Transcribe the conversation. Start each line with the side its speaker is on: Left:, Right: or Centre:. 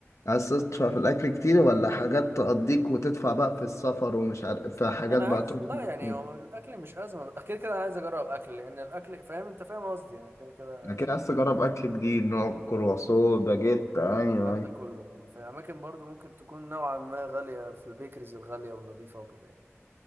Left: عايز تدفع في الأكل كتير ولا حاجات تقضيك وتدفع بقى في السفر ومش عارف في حاجات
Right: انا
Left: بقى
Right: عايز
Left: تروح
Right: لا يعني
Left: كتير
Right: هو الاكل مش ازمه اكيد كده انا عايز اجرب اكل لان الاكل فاهم انت فاهم قصدي يعني كده كده
Left: أكيد عايز تجرب أكل جديد نوع كرواسون باجيت أيوه
Right: الكلام
Left: أيوه
Right: ده كله في اماكن برضو ممكن تكون نوعا ما غاليه في البيكريز الغاليه والنظيفه وكده يعني